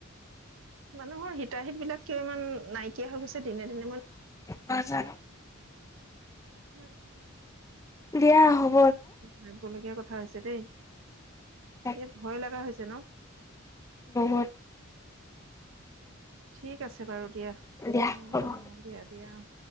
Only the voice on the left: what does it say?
নাজানোঁ।
<unintelligible>
তাক
বহুত।
দিয়া হ'ব